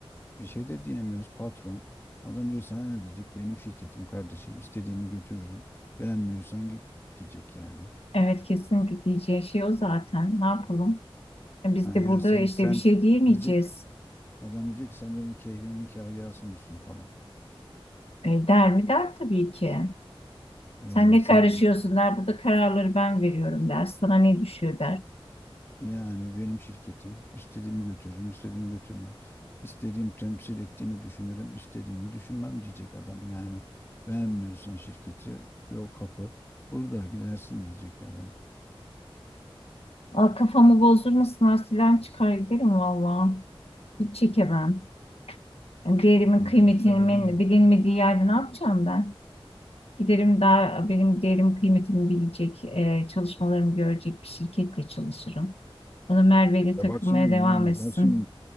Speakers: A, on the left; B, on the left.
A: bir şey de diyemiyoruz patron. Adam diyor sana ne diyecek? Benim şirketim kardeşim. istediğimi götürürüm. Beğenmiyorsan git diyecek yani.
B: Evet kesinlikle diyeceği şey o zaten ne yapalım. E, Biz
A: Ha,
B: de
A: yani
B: burada
A: sen
B: işte
A: sen
B: bir şey diyemeyeceğiz.
A: diyecek Adam diyecek ki sen benim keyfimin kahyası mısın falan.
B: E, der mi der tabii ki.
A: Yani
B: Sen ne
A: sen
B: karışıyorsun der. Burada kararları ben veriyorum der. Sana ne düşüyor der.
A: yani benim şirketim istediğimi götürürüm, istediğimi götürmem. İstediğim temsil ettiğini düşünürüm, istediğimi düşünmem diyecek adam. Yani beğenmiyorsan şirketi yok kapı burada gidersin diyecek adam.
B: Aa, kafamı bozdur musun? Arsilen çıkar giderim valla. Hiç çekemem. Yani değerimin
A: Ya
B: kıymetinin
A: işte o zaman
B: bilinmediği yerde ne yapacağım ben? Giderim daha benim değerim kıymetimi bilecek, e, çalışmalarımı görecek bir şirketle çalışırım. Bana Merve ile
A: Ya
B: takılmaya
A: bak şimdi
B: devam
A: yani
B: etsin.
A: bak şimdi